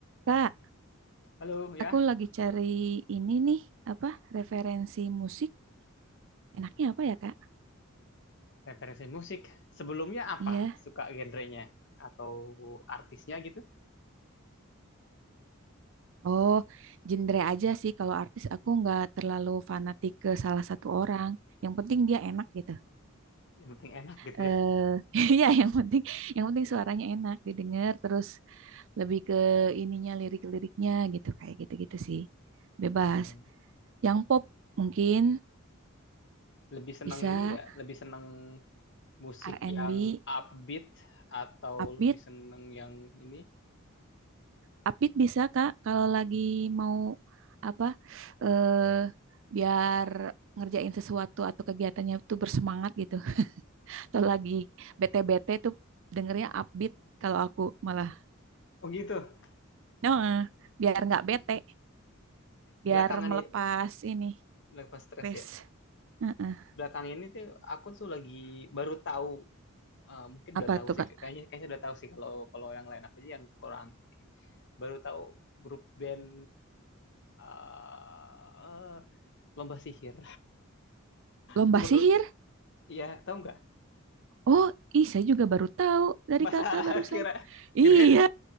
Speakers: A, on the right (about 65°); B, on the left (about 60°).
A: Kak,
B: Halo ya,
A: aku lagi cari ini nih, apa referensi musik. Enaknya apa ya, Kak?
B: referensi musik. Sebelumnya apa?
A: Iya.
B: Suka genrenya atau artisnya gitu?
A: Oh, genre aja sih. Kalau artis aku nggak terlalu fanatik ke salah satu orang. Yang penting dia enak gitu.
B: Yang penting enak gitu
A: Eh,
B: ya.
A: <laughs> iya, yang penting yang penting suaranya enak didengar terus lebih ke ininya lirik-liriknya gitu kayak gitu-gitu sih. Bebas.
B: Hmm.
A: Yang pop mungkin
B: Lebih senang
A: bisa
B: ini nggak? Lebih senang musik
A: R&B,
B: yang upbeat atau
A: upbeat
B: lebih senang yang ini?
A: Update bisa Kak kalau lagi mau apa eh biar ngerjain sesuatu atau kegiatannya tuh bersemangat gitu. Atau lagi bete-bete tuh dengernya upbeat kalau aku malah.
B: Oh gitu.
A: Nah, biar nggak bete, biar
B: Belakangan
A: melepas
B: ini,
A: ini
B: belakang pas stres
A: stres.
B: ya.
A: Heeh.
B: Belakang ini tuh aku tuh lagi baru tahu, eh, mungkin udah
A: Apa
B: tahu
A: tuh
B: sih.
A: Kak?
B: Kayaknya kayaknya udah tahu sih kalau kalau yang lain aku aja yang kurang baru tahu grup band eh, lomba sihir.
A: Lomba
B: Aku
A: sihir?
B: baru ya tahu nggak?
A: Oh, ih saya juga baru tahu dari
B: Masa
A: Kakak
B: <laughs>
A: barusan.
B: kira kira
A: Iya,